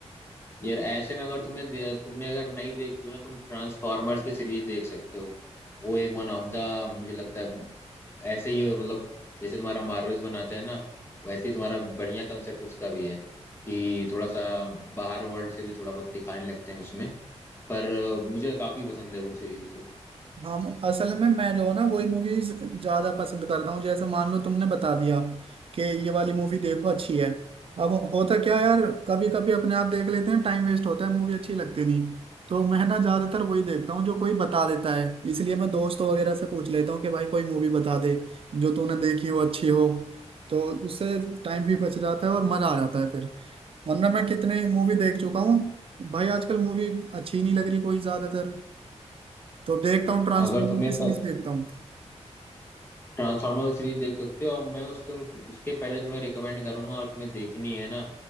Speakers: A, on the left; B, on the right.
A: यार ऐसे में अगर तुम्हें दे, तुमने अगर नहीं देखी हो ना तुम ट्रांसफॉर्मर्स की सीरीज देख सकते हो वो एक वन ऑफ द मुझे लगता है ऐसे ही मतलब जैसे तुम्हारा मार्वल्स बनाते हैं ना वैसे ही तुम्हारा बढ़िया कंसेप्ट उसका भी है कि थोड़ा सा बाहर वर्ल्ड से भी थोड़ा बहुत दिखाने लगते हैं उसमें पर अ, मुझे काफी पसंद है वो सीरीज तो
B: हम असल में मैं जो है ना वही मूवीज ज्यादा पसंद करता हूँ जैसे मान लो तुमने बता दिया कि ये वाली मूवी देखो अच्छी है अब होता क्या है यार कभी कभी अपने आप देख लेते हैं टाइम वेस्ट होता है मूवी अच्छी लगती नहीं तो मैं ना ज्यादातर वही देखता हूँ जो कोई बता देता है इसलिए मैं दोस्तों वगैरह से पूछ लेता हूँ कि भाई कोई मूवी बता दे जो तूने देखी हो अच्छी हो तो उससे टाइम भी बच जाता है और मजा आ जाता है फिर वरना मैं कितने मूवी देख चुका हूँ भाई आजकल मूवी अच्छी नहीं लग रही कोई ज्यादातर तो देखता हूँ ट्रांसफॉर्मर
A: अगर तुम्हें
B: की सीरीज देखता हूँ
A: ट्रांसफार्मर की सीरीज देख सकते हो और मैं उस तुम उसके पहले तुम्हें रिकमेंड करूंगा और तुम्हें देखनी है ना